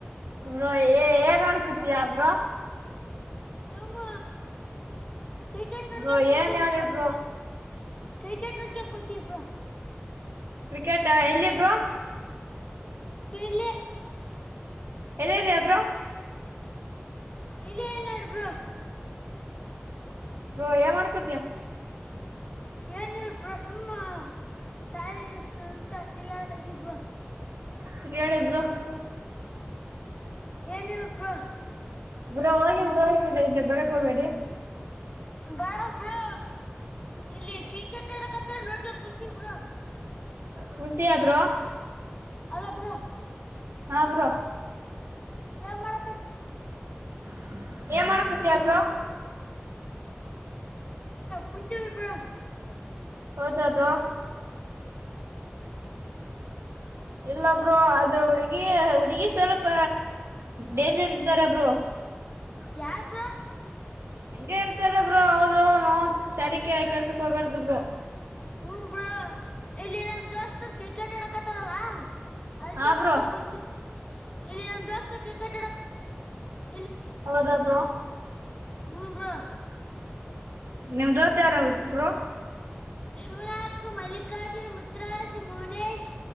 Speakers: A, on the right; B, on the left.
A: ಬ್ರೋ ಏ ಏನ್ ಮಾಡಕ್ ಕುತ್ತಿಯ ಬ್ರೋ.
B: ಸುಮ್ಮ ಕ್ರಿಕೆಟ್ ನೋಡ್ಕ
A: ಬ್ರೋ
B: ಕೂತಿವಿ
A: ಏನ್ ಹೇಳಿ ಬ್ರೋ.
B: ಕ್ರಿಕೆಟ್ ನೋಡ್ಕೊಂಡ್ ಕುತೀವಿ ಬ್ರೋ.
A: ಕ್ರಿಕೆಟ್ ಆ ಎಲ್ಲಿ ಬ್ರೋ.
B: ಕಿರ್ಲಿ
A: ಎಲ್ಲಿದಿಯ ಬ್ರೋ
B: ಇಲ್ಲ ಏ ನೋಡ್ ಬ್ರೋ.
A: ಬ್ರೋ ಏನ್ ಮಾಡಕ್ ಕುತಿಯ.
B: ಏನ್ ಇಲ್ ಬ್ರೋ ಸುಮ್ಮ. ಸಯ್ ಸುತ್ತ ಕಿರ್ಗಾಡಾಕತ್ತೀವಿ ಬ್ರೋ.
A: ಸರಿ ಹೇಳಿ <unintelligible>
B: ಏನಿಲ್ ಬ್ರೋ
A: ಬ್ರೋ ಹೋಗಿ ಬ್ರೋ ಇಕಡೆ ಬರಕ್ ಹೋಗ್ಬೇಡಿ.
B: ಬೇಡ ಬ್ರೋ ಇಲ್ಲಿ ಕ್ರಿಕೆಟ್ ಆಡಕ್ ಹತ್ತಾರ್ ನೋಡ್ಕ್ ಕುಂತೀವಿ ಬ್ರೋ.
A: ಕುಂತಿಯ ಬ್ರೋ
B: ಅಲ್ಲ ಬ್ರೋ
A: ಹಾ ಬ್ರೋ
B: ಏನ್ ಮಾಡಕ್
A: <inaudible> ಏನ್ ಮಾಡಕುತ್ತೀಯಾ ಬ್ರೋ.
B: ಕುಂತಿವ್ ಬ್ರೋ
A: ಹೌದಾ ಬ್ರೋ
B: <inaudible>
A: ಇಲ್ಲ ಬ್ರೋ ಅದು ಅವಳಿಗೆ. ಹುಡ್ಗಿ ಸ್ವಲ್ಪ ಡೇಂಜರ್ ಇದ್ದಾರ ಬ್ರೋ.
B: ಯಾರ್ ಬ್ರೋ
A: ಹಂಗೆ ಇರ್ತಾರ ಬ್ರೋ ಅವರು ನ ತಲಿ ಕೆ ಕೆಡ್ಸಾಕ್ ಹೋಗ್ಬಾರ್ದು ಬ್ರೋ.
B: ಹೂ ಬ್ರೋ ಇಲ್ಲಿ ನಮ್ಮ ದೋಸ್ತರ ಕ್ರಿಕೆಟ್ ಆಡಕತ್ತೀರಲ್ಲಾ. ಅದಕ
A: ಹಾ
B: ಬಂದ
A: ಬ್ರೋ
B: ಕುಂತ ಇಲ್ಲಿ ನಮ್ಮ ದೋಸ್ತ ಕ್ರಿಕೆಟ್ ಅಡಕ್ <inaudible>
A: ಹೌದಾ ಬ್ರೋ
B: ಹೂಂ ಬ್ರೋ
A: ನಿಮ್ಮ ದೋಸ್ತ್ ಯಾರಾವರು ಬ್ರೋ.
B: ಶುನಕ್ ಮಲ್ಲಿಕಾರ್ಜುನ್ ಮುತ್ರಾಜ್ ಮೌನೇಶ್